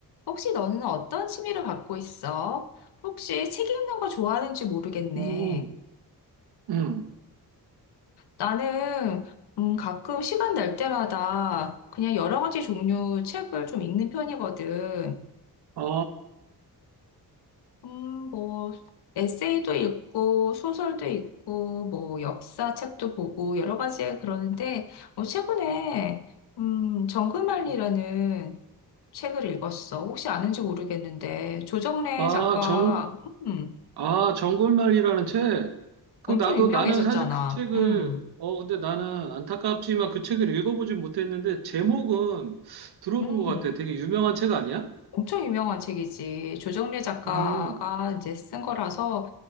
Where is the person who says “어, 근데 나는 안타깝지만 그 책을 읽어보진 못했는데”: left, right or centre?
Right